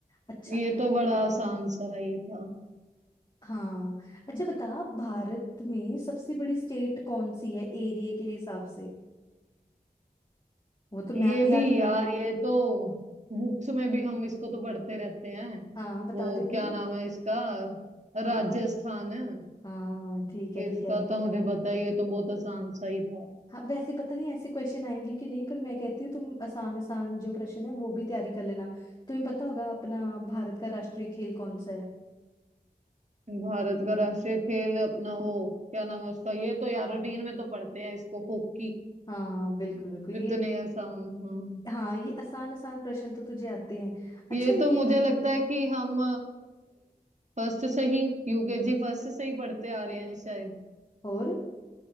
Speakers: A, on the left; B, on the right.
A: अच्छा
B: ये तो बड़ा आसान सा ये था
A: हाँ अच्छा बता भारत में सबसे बड़ी स्टेट कौन सी है एरिया के हिसाब से वो तो
B: ये
A: मैप याद
B: भी
A: कर
B: यार ये तो बुक्स में भी हम इसको तो पढ़ते रहते हैं
A: हाँ बता
B: वो
A: दे फिर
B: क्या नाम है इसका राजस्थान है
A: हाँ ठीक है ठीक
B: इसका
A: है
B: तो मुझे पता है ये तो बहुत आसान सा ही था
A: हाँ वैसे पता नहीं ऐसे क्वेश्चन आएंगे कि नहीं पर मैं कहती हूँ तुम आसान आसान जो प्रश्न है वो भी तैयारी कर लेना तुम्हें पता होगा अपना भारत का राष्ट्रीय खेल कौन सा है
B: भारत का राष्ट्रीय खेल अपना वो क्या नाम है उसका ये तो यार रूटीन में तो पढ़ते हैं इसको हॉकी
A: हाँ बिल्कुल बिल्कुल ये
B: इतने आसान हाँ
A: हाँ ये आसान आसान प्रश्न तो तुझे आते हैं अच्छा
B: ये
A: ये
B: तो मुझे
A: जो
B: लगता है कि हम फर्स्ट से ही यूकेजी फर्स्ट से ही पढ़ते आ रहे हैं शायद
A: और